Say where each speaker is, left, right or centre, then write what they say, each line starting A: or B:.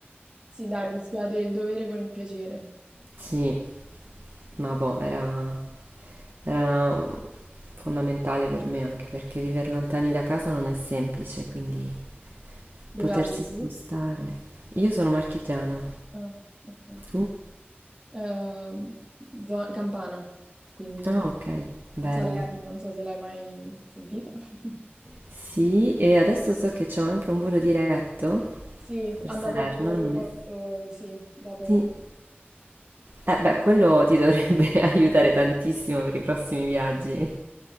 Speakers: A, on the right (about 25°); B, on the right (about 60°).
A: Sì, dai, mischiate il dovere con il piacere.
B: Sì, ma boh, era, era fondamentale per me anche perché vivere lontani da casa non è semplice, quindi
A: Dove
B: potersi
A: abiti
B: spostare.
A: tu?
B: Io sono marchigiana,
A: Ah, ok.
B: tu?
A: Ehm, zo- Campana, quindi
B: Ah, ok, bello.
A: Salerno, non so se l'hai mai sentita. <laughs>
B: Sì, e adesso so che c'ho anche un volo diretto
A: Sì,
B: per
A: hanno
B: Salerno,
A: aperto l'aeroporto,
B: non mi
A: sì, da poco.
B: Sì. Eh beh, quello ti dovrebbe <laughs> aiutare tantissimo per i prossimi viaggi.